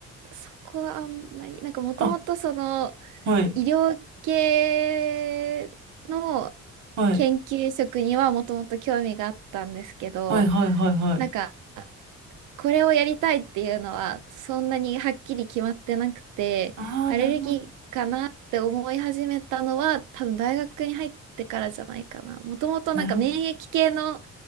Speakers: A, on the right; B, on the right.
A: そこはあんまり、なんかもともとその
B: あ、はい、
A: 医療系の
B: はい、
A: 研究職にはもともと興味があったんですけど、
B: はい、はい、はい、はい。
A: なんかこれをやりたいっていうのはそんなにはっきり決まってなくて、
B: ああ、
A: アレルギーかなって思い始めたのは多分大学に入ってからじゃないかな。
B: なるほど、
A: もともとなんか免疫系の
B: なるほど。